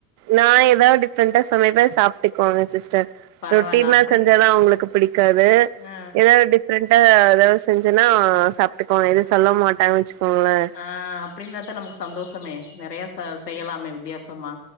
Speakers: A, on the right (about 40°); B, on the left (about 80°).
A: நா எதாவது டிப்ரெண்டா சமைப்பே சாப்டுக்குவாங்க சிஸ்டர்
B: பரவால்ல
A: ரொட்டின்னா
B: அப்டி
A: செஞ்சாதான் அவுங்களுக்கு புடிக்காது
B: ஆ
A: எதாவது டிப் ரென்ட்டா எதாவது செஞ்சேன்னா சாப்பிட்டுக்குவாங்க எதுவும் சொல்ல மாட்டாங்கனு வெச்சுக்கோங்களே
B: ஆ ஆ அப்பிடின்தா நமக்கு சந்தோ சமே நெறய சா செய்யலாமே வித்யாசமா